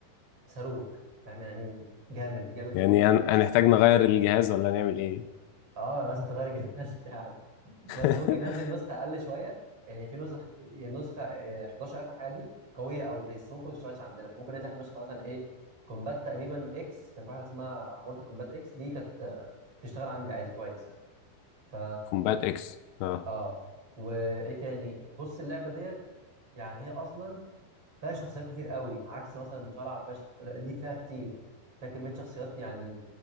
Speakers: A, on the right; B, on the left.
A: صاروخ فاهم يعني جامد جامد
B: يعني
A: فوق الجامد
B: هن- هنحتاج نغير الجهاز ولا نعمل ايه؟
A: اه لازم تغير الجهاز <laughs> بتاعك بس
B: <laughs>
A: ممكن ننزل نسخه اقل شويه يعني في نسخ النسخه آه، 11 اخر حاجه دي قويه قوي بس ممكن ما تشتغلش عندنا فممكن ننزل نسخه مثلا ايه كومبات تقريبا اكس كان في واحده اسمها مورتال كومبات اكس دي كانت آه، تشتغل عندي عادي كويس يعني ف
B: كومبات اكس اه
A: اه وايه تاني بص اللعبه ديت يعني هي اصلا فيها شخصيات كتير قوي عكس مثلا المصارعه فيها شخصيات لا لا، دي فيها كتير فيها كميه شخصيات يعني